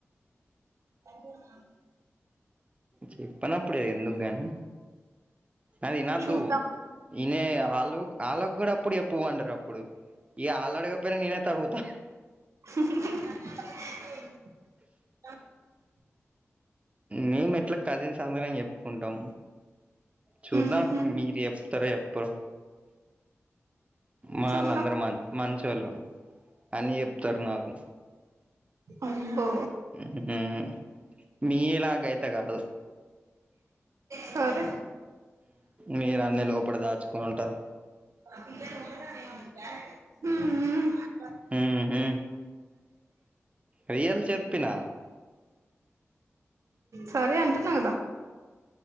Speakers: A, on the right (about 75°); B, on the right (about 25°).
A: అయిపొయిన <inaudible>
B: చెప్పానప్పుడు ఎందుకుగాని అ వినాద్దు
A: చూద్దాం
B: వినే వాళ్ళు వాళ్ళకు కూడా అప్పుడు చప్పుమండారు అప్పుడు ఇగ ఆళ్ళు అడగకపోయినా నినేట్ట అడుగుతా
A: ఆ
B: మేము ఎట్లా కజిన్స్ అందరం చెప్పుకుంటాం చూద్దాం
A: ఉహు
B: మీరు చెప్తారొ చెప్పారొ మానళ్ళందరు
A: చూద్దాం
B: మ మంచొళ్ళు అన్ని చెప్తారు నాకు
A: అవున
B: మ్మ్ మీలాగ అయితే కాదు
A: సరే
B: మీరు అన్నీ లోపట దాచుకుని ఉంటారు
A: హ్మ్ మ్మ్
B: ఉహు రియల్ చెప్పిన
A: సరే అంటున్నా కదా